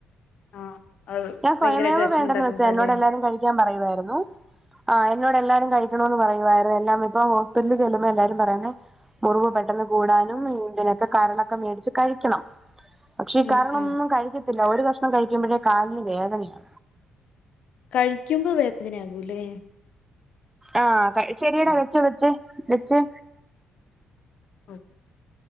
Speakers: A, on the left; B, on the right.
A: ആഹ് അത്
B: ഞാൻ സ്വയമേവ
A: ഭയങ്കരമായിട്ട് വിഷമം
B: വേണ്ടന്ന്
A: ഉണ്ടാക്കുന്നതല്ലേ
B: വെച്ചാ എന്നോട് എല്ലാരും കഴിക്കാൻ പറയുവായിരുന്നു ആഹ് എന്നോടെല്ലാരും കഴി ക്കണോന്ന് പറയുവായിരുന്ന് എല്ലാം ഇപ്പോ ഹോസ്പിറ്റലി ചെല്ലുമ്പോ എല്ലാരും പറയുന്നെ മുറിവ് പെട്ടെന്ന് കൂടാനും ഇതിനൊക്കെ കരളൊക്കെ മേടിച്ച് കഴിക്കണം പക്ഷെ
A: ഉം
B: കരളൊന്നും
A: ഉം
B: കഴിക്കത്തില്ല ഒരു കഷ്ണം കഴിക്കുമ്പഴേ കാലിന് വേദനയാ
A: കഴിക്കുമ്പൊ വേതനയാകൂലേ?
B: ആഹ് കഴി ശെരിയടാ
A: ഉം ഓ
B: വെച്ച് വെച്ചെ വെച്ചെ
A: <unintelligible>